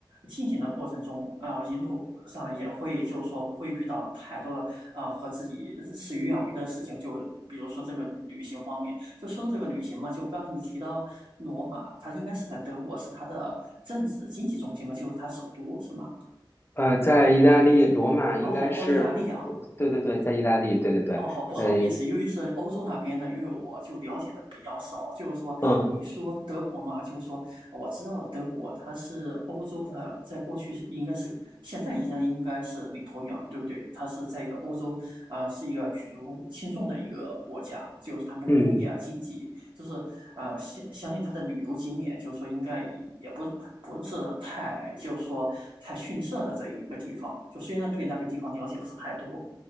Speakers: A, on the right; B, on the left.
A: 进行的过程中，啊、一路上也会就是说不会遇到太多的，呃，和自己事与愿违的事情，就比如说这个旅行方面，就说到这个旅行嘛，就刚刚你提到罗马，它应该是在德国，是它的政治经济中心嘛，就是它首都，是吗？
B: 呃，在意大利罗马应该是，
A: 哦哦，意大利啊，
B: 对对对，在意大利，对对对，
A: 哦，好不好意思，
B: 哎，
A: 因为是欧洲那边的，因为我就了解的比较少。就是说，
B: 嗯
A: 你说德国嘛，就是说我知道德国它是欧洲的，在过去是应该是，现在依然应该是领头羊，对不对？它是在一个欧洲，啊，是一个举足轻重的一个国家，就是他们的工业啊、
B: 嗯。
A: 经济，就是呃，相相信它的旅游景点，就是说应该也也不不是太，就是说太逊色的这一个地方。就虽然对那个地方了解不是太多。